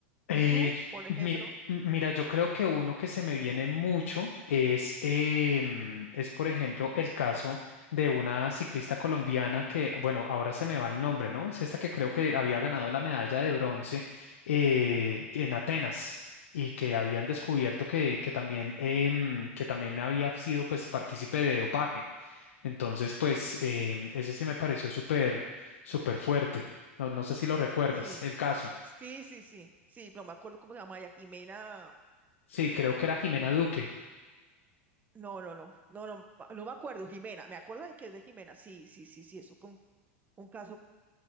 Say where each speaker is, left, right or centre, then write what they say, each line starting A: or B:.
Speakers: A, on the right; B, on the left.
A: ¿Y
B: Eh,
A: tú, por ejemplo?
B: mira, mira, yo creo que uno que se me viene mucho es, em, es, por ejemplo, el caso de una ciclista colombiana que, bueno, ahora se me va el nombre, ¿no? Es esta que creo que había ganado la medalla de bronce eh, en Atenas y que habían descubierto que, que también, em, que también había sido, pues, partícipe de dopaje. Entonces, pues, em, ese sí me pareció súper, súper fuerte. No, no sé si lo recuerdas,
A: Sí,
B: el caso.
A: sí, sí, sí, sí, no me acuerdo cómo se llama ella, Jimena.
B: Sí, creo que era
A: ay,
B: Jimena
A: el-
B: Duque.
A: No, no, no, no, no, no me acuerdo, Jimena. Me acuerdo de que es de Jimena. Sí, sí, sí, sí, eso fue un, un caso